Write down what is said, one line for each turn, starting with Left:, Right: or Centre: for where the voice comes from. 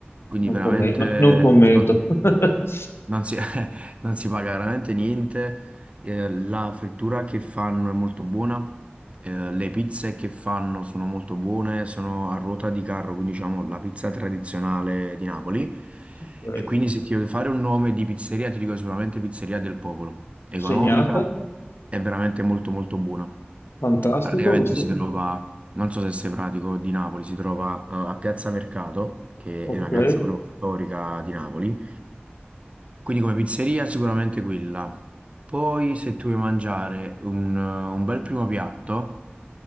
Right: Quindi
Left: non,
Right: veramente
Left: commen- no- non commento.
Right: no-
Left: <laughs>
Right: non si, <laughs> non si paga veramente niente. Eh, la frittura che fanno è molto buona. Eh, le pizze che fanno sono molto buone, sono a ruota di carro, quindi diciamo la pizza tradizionale di Napoli.
Left: Ok,
Right: E quindi se ti devo fare un nome di pizzeria, ti dico sicuramente Pizzeria del Popolo. Economica,
Left: segnata,
Right: è veramente molto molto buona.
Left: fantastico
Right: Praticamente
Left: questo.
Right: si trova, non so se sei pratico, di Napoli, si trova eh, a Piazza Mercato, che
Left: Ok.
Right: è una piazza proprio storica di Napoli. Quindi come pizzeria sicuramente quella. Poi se tu vuoi mangiare un, un bel primo piatto